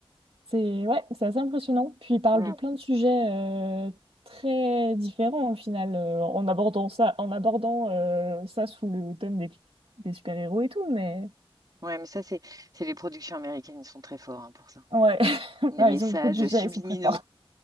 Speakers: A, on the right; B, on the right.
A: C'est ouais, c'est assez impressionnant. Puis il parle
B: Mm.
A: de plein de sujets euh, très différents au final, euh, en abordant ça, en abordant euh, ça sous le thème des, des super-héros et tout, mais
B: Ouais, mais ça, c'est, c'est les productions américaines, ils sont très forts hein, pour ça.
A: ouais. <laughs>
B: Les
A: Ouais,
B: messages
A: ils ont beaucoup de budget,
B: subliminaux.
A: ils sont très forts.